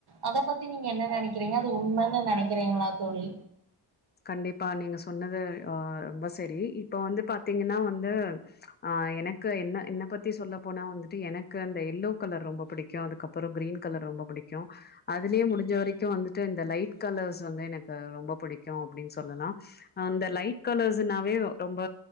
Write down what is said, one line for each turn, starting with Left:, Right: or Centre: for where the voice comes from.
Right: அத பத்தி நீங்க என்ன நெனைக்கிறீங்க அது உண்மன்னு நெனைக்கிறீங்ளா தோழி
Left: கண்டிப்பா நீங்க சொன்னது ஒ ரொம்ப செரி இப்ப வந்து பாத்தீங்னா வந்து ஆ எனக்கு என்ன என்ன பத்தி சொல்ல போனா வந்துட்டு எனக்கு அந்த எல்லோ கலர் ரொம்ப பிடிக்கு அதுக்கப் அப்புறோ க்ரீன் கலர் ரொம்ப புடிக்கு அதுலே முடிஞ்ச வரைக்கு வந்துட்டு இந்த லைட் கலர்ஸ் வந்து எனக்கு ரொம்ப புடிக்கு அப்டின்னு சொன்னனா ஆ அந்த லைட் கலர்ஸ்னாவே ரொம்ப